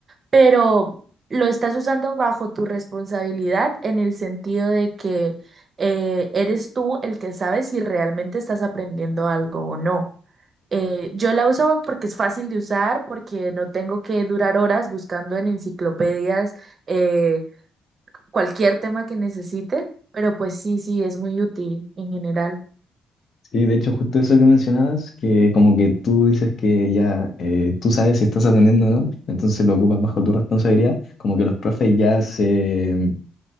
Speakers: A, on the right (about 45°); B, on the left (about 55°).
A: pero lo estás usando bajo tu responsabilidad en el sentido de que eh, eres tú el que sabe si realmente estás aprendiendo algo o no. Eh, yo la uso porque es fácil de usar, porque no tengo que durar horas buscando en enciclopedias eh, cualquier tema que necesite, pero pues sí, sí, es muy útil en general.
B: Sí, de hecho, justo eso que mencionabas, que como que tú dices que ya eh, tú sabes si estás aprendiendo o no, entonces lo ocupas bajo tu responsabilidad, como que los profes ya se,